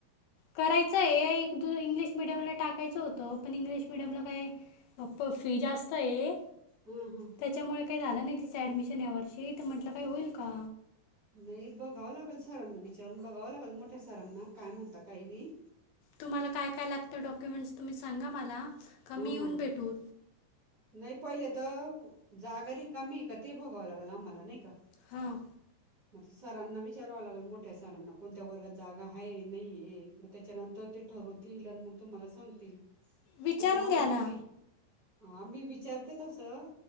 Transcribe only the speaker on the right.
हम्म हम्म
नाही बघावं लागेल सरांना विचारून बघावं लागेल मोठ्या सरांना काय म्हणता काही नाही.
हम्म
ह
नाही पहिले तर जागा रिकामी आहे का ते बघावं लागल आम्हाला नाही का
म सरांना विचारावं लागेल मोठ्या सरांना कोणत्या वर्गात जागा आहे नाही त्याच्यानंतर ते ठरवतील आणि मग तुम्हाला सांगतील
नाही तर माझं
तुम्ही आ मी विचारते तसं